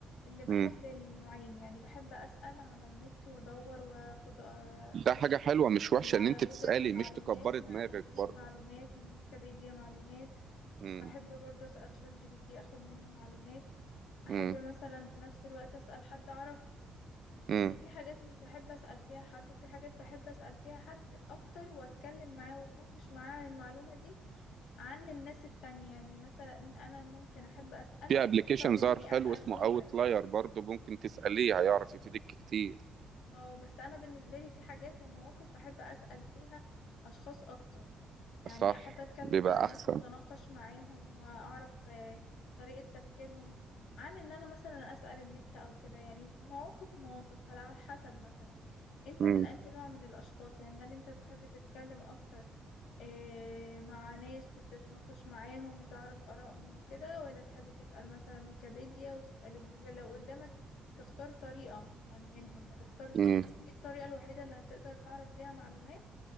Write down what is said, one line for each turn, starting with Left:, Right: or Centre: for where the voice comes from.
Left: اللي بحب
Right: امم
Left: النوعين يعني بحب أسأل على النت وأدور وأخد آه،
Right: ده حاجة حلوة مش وحشة
Left: من على
Right: ان انت
Left: جوجل
Right: تسألي
Left: معلومات
Right: مش تكبري
Left: من
Right: دماغك
Left: على اليوتيوب
Right: برضه
Left: معلومات من ويكيبيديا معلومات
Right: امم
Left: بحب برضه أسأل شات جي بي تي أخد منه معلومات أحب
Right: امم
Left: مثلا في نفس الوقت أسأل حد أعرفه
Right: امم
Left: بس في حاجات مش بحب أسأل فيها حد وفي حاجات بحب أسأل فيها حد أكتر وأتكلم معاه وأتناقش معاه عن المعلومة دي عن الناس التانية يعني مثلا أنا ممكن أحب أسألك
Right: في ابلكيشن
Left: أكتر من
Right: ظهر
Left: إني
Right: حلو
Left: أسأل
Right: اسمه
Left: جوجل
Right: اوتلاير برضه ممكن تسأليه هيعرف يفيدك كتير
Left: اه بس انا بالنسبه لي في حاجات ومواقف بحب اسال فيها اشخاص اكتر يعني
Right: صح
Left: احب اتكلم
Right: بيبقى
Left: مع ناس
Right: احسن
Left: واتناقش معاهم واعرف آه، طريقه تفكيرهم عن ان انا مثلا اسال النت او كده يعني مواقف مواقف على حسب مثلا انت
Right: مم.
Left: من انهي نوع من الاشخاص يعني هل انت بتحب تتكلم اكتر آه، مع ناس وتتناقش معاهم وتعرف آرائهم وكده ولا تحب تسأل مثلا ويكيبيديا وتسأل جوجل لو قدامك تختار طريقة يعني منهم هتختار دي
Right: مم.
Left: دي الطريقة الوحيدة اللي هتقدر تعرف بيها معلومات